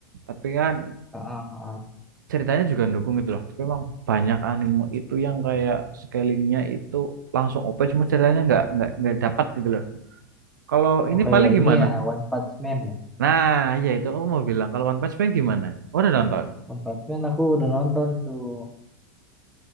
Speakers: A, on the right; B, in the centre.
A: tapi kan
B: ah ah ah.
A: ceritanya juga dukung gitu loh tapi emang banyak anime itu yang kayak scalingnya itu langsung OP cuma ceritanya nggak nggak nggak dapat gitu loh kalau ini
B: Oke
A: paling
B: ya ini
A: gimana
B: ya One Punch Man ya
A: nah ya itu aku mau bilang kalau One Punch Man gimana Oh, udah nonton
B: One Punch Man aku udah nonton tuh